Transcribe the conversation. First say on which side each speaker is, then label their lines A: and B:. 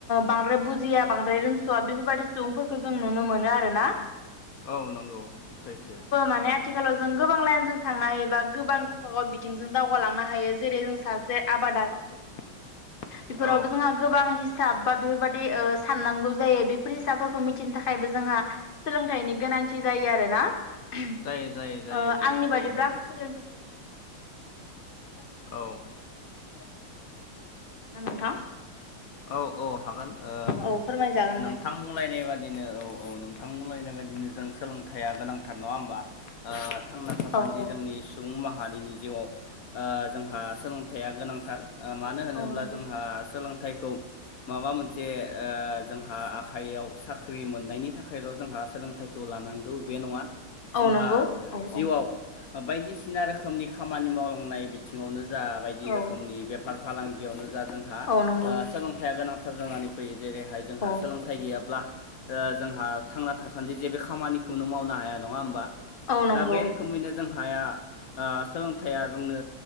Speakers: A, on the left; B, on the left.
A: बांद्राय बुजिया। बांद्राय रोंस'आ बेफोरबायदि सुबुंफोरखौ जों नुनो मोनो आरोना
B: औ नंगौ, सैथो।
A: माने आथिखालाव जों गोबां लाइनजों थांनो हायोबा गोबां गावबा गाव बिथिंजों दावगालांनो हायो जेरै-जों सासे आबादारि
B: <inaudible>
A: बेफोरावबो
B: औ
A: जोंहा गोबां हिसाब बा बेफोरबायदि ओ साननांगौ जायो बेफोर हिसाबफोरखौ मिथिनो थाखायबो जोंहा सोलोंथाइनि गोनांथि जायो आरोना ओ
B: जायो जायो जायो जायो
A: आंनि
B: औ
A: बादिब्ला आं सोलोंथाइखौ बेफोरबायदि होननानै
B: औ
A: सानो। नोंथाङा सोलोंथाइनि बागै एसे फोरमायनो हागोन ना नोंथां?
B: औ औ हागोन ओ
A: औ फोरमायजागोन
B: नोंथां
A: दे।
B: बुंलायनाय बादिनो औ औ नोंथां बुंलायनाय बाय दि जों सोलोंथाइया गोनांथार, नङा होमबा? ओ थांना थासान्दि
A: औ औ
B: जोंनि सुबुं मा हारिनि जिउआव ओ जोंहा सोलोंथाइया गोनांथार। ओ मानो होनोब्ला
A: औ नंगौ
B: जोंहा सो लोंथायखौ माबा मोनसे ओ जोंहा आखाइयाव साख्रि मोननायनि थाखायल' जोंहा सोलोंथाइखौ लानांगौ बे नङा।
A: औ
B: जोंहा
A: नंगौ औ
B: जिउआव
A: औ
B: बायदिसिना रोखोमनि खामानि मावलांनाय बिथिङावनो जा बायदि
A: औ
B: रोखोमनि बे फार-फालांगियावनो जा जोंहा
A: औ नंगौ
B: ओ सोलोंथाइया गोनांथार जानानै फैयो। जेरैहाय जोंहा
A: औ
B: सोलोंथाइ गैयाब्ला ओ जोंहा थांना थासान्दि जेबो खामानिखौनो मावनो हाया। नङा होमबा?
A: औ नंगौ
B: दा बे रोखोमैनो जों हाया ओ सोलोंथाइया जोंनो